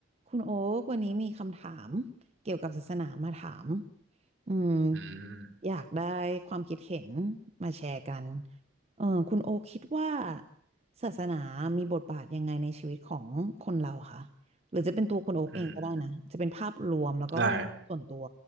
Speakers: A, on the right; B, on the right.
A: คุณโอ๊กวันนี้มีคำถามเกี่ยวกับศาสนามาถามอืม
B: อืม
A: อยากได้ความคิดเห็นมาแชร์กันเออคุณโอ๊กคิดว่าศาสนามีบทบาทยังไงในชีวิตของคนเราคะหรือจะเป็นตัวคุณโอ๊กเองก็ได้นะจะเป็นภาพรวมแล้วก็
B: อืมได้
A: ส่วนตัว